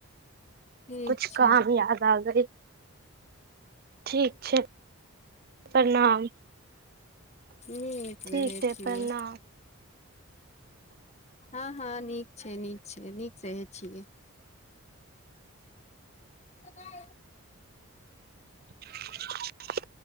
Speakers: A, on the left (about 30°); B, on the right (about 45°).
A: ठीक
B: कुछ
A: छै
B: काम याद आ गई ठीक छै प्रणाम
A: नीक
B: ठीक
A: रहै
B: छै
A: छियै
B: प्रणाम
A: हँ हँ नीक छै नीक छै नीक रहै छियै <inaudible>
B: <inaudible>